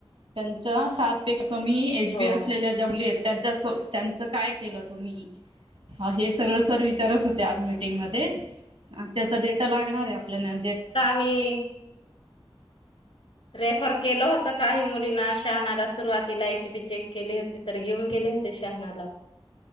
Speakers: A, on the right; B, on the left.
A: त्यांच सात पेक्षा कमी एच
B: हो
A: बी असलेल्या ज्या मुली आहेत त्यांच त्यांचं काय केलं तुम्ही. हा हे सगळं सर विचार आज विचारत होते मीटिंगमध्ये आणि त्याचा डेटा लागणार आहे आपल्याला जे
B: मी रेफर केलं होतं काही मुलींना शहाणाला सुरुवातीलायची बी चेक केली होती तर घेऊन गेले होते शहाणाला